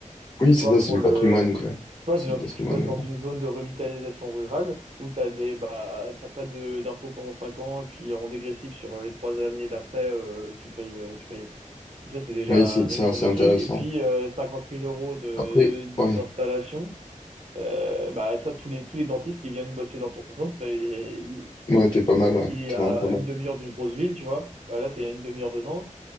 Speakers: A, on the left; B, on the right.
A: Oui, c'est
B: soit
A: ça, c'est
B: pour
A: du
B: le...
A: patrimoine, quoi.
B: Soit
A: C'est
B: genre,
A: du patrimoine.
B: si tu bosses
A: mais
B: dans
A: bon.
B: une zone de revitalisation rurale où tu des bah, t'as pas de d'impôts pendant 5 ans et puis en dégressif sur euh, les 3 années d'après, euh, tu payes, euh, tu payes. Donc ça, c'est déjà
A: Oui, c'est
B: un énorme
A: ça, c'est intéressant.
B: truc. Et puis, euh, 50 000 euros de
A: Après,
B: d'installation
A: ouais,
B: euh, bah ça, tous les tous les dentistes qui viennent bosser dans ton centre et,
A: ouais, t'es pas mal, ouais,
B: et
A: t'es
B: et à,
A: vraiment pas
B: à
A: mal.
B: une demi-heure d'une grosse ville, tu vois, bah là c'est à une demi-heure de Nantes.